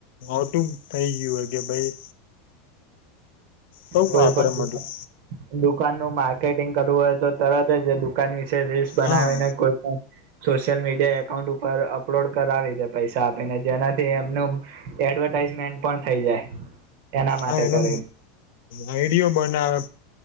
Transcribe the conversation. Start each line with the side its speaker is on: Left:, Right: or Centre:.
Left: કટુંબ થઈ ગયું હો કે ભાઈ બઉ
Right: કોઈ
Left: વાપરે
Right: પણ
Left: મતલબ
Right: દ દુકાનનું માર્કેટિંગ કરવું હોય તો તરત જ એ દુકાની રીલ્સ બનાવીને
Left: હા
Right: કોઈ પણ સોશિયલ મીડિયા અકાઉન્ટ ઉપર અપલોડ કરાવી દે પૈસા આપીને જેનાથી એમનું એડવર્ટાઈઝમેન્ટ પણ થઈ જાય એના માટે
Left: હા એનો
Right: કરીને
Left: આઈડયો બનાવે